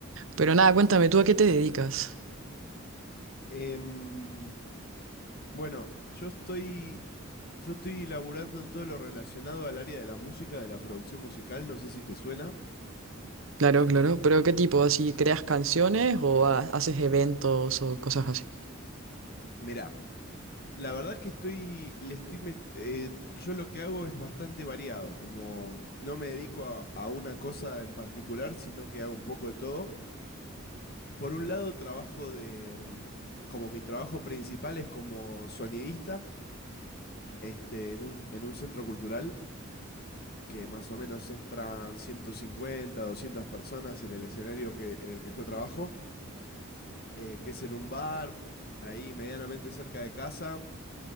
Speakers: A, on the right; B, on the left.
A: Pero nada, cuéntame, ¿tú a qué te dedicas?
B: Em, bueno, yo estoy, yo estoy laburando en todo lo relacionado al área de la música, de la producción musical, no sé si te suena.
A: Claro, claro. ¿Pero qué tipo? ¿Así creas canciones o ha- haces eventos o cosas así?
B: Mirá, La verdad es que estoy, le estoy met- eh, yo lo que hago es bastante variado, como no me dedico a, a una cosa en particular, sino que hago un poco de todo. Por un lado, trabajo de, mm, como mi trabajo principal es como sonidista, este, en un, en un centro cultural, que más o menos entran 150, 200 personas en el escenario que, en el que yo trabajo, eh, que es en un bar, ahí medianamente cerca de casa,